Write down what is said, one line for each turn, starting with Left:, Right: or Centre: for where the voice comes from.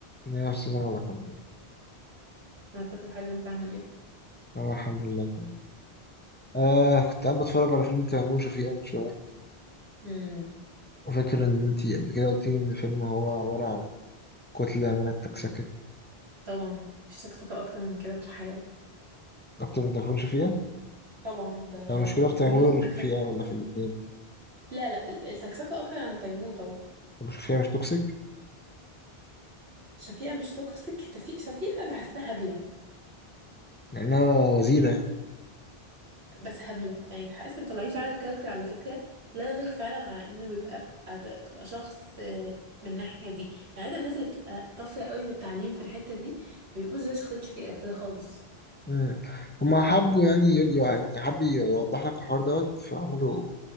Left: يا أستاذ الله الحمد لله
Right: انا كله حلو انت عامل ايه
Left: أنا الحمد لله تمام آه كنت قاعد بتفرج على فيلم تيمور وشفيقة من شوية
Right: امم
Left: وفاكر إن أنتي قبل كده قلتي إن الفيلم هو عبارة عن كتلة من التكسكة
Right: طبعا مفيش سكسكه اكتر من كده في الحياه
Left: أكتر من تيمور وشفيقة
Right: طبعا ده
Left: المشكلة في تيمور
Right: زموس
Left: ولا في
Right: سكسكه
Left: شفيقة ولا في الاتنين
Right: لا لا ال- السكسكه اكتر عن تيموتة
Left: أبو شفيقة مش توكسيك
Right: شفيقه مش توكسيك تفي... شفيقه بحسها هبله
Left: لأنها وزيرة يعني
Right: بس هبله يعني تحس إن مطلعين فعلا الكاركتر على فكره لا يليق فعلا على انه يبقى أت- تبقى شخص آه، من الناحيه دي يعني عادة الناس اللي بتبقى طافره قوي في التعليم في الحته دي ما بيبقوش زي شخصيه شفيقه كده خالص
Left: مم. هما حبوا يعني يقول يعني حب يوضح لك الحوار دوت فعملوا